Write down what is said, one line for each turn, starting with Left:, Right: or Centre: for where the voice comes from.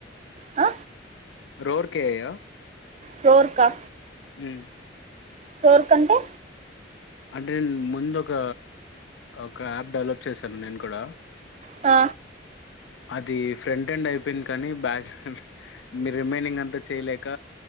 Right: ఆ
Left: రోర్కేయ
Right: చోర్కా
Left: హ్మ్
Right: ఫోర్ కంటే
Left: అంటే ముందు ఒక ఒక యాప్ డెవలప్ చేశాను నేను కూడా
Right: ఆ
Left: అది ఫ్రంట్ హండ్ అయిపోయింది కని బ్యాక్ హండ్ మీ రిమైనింగ్ అంతా చేయలేక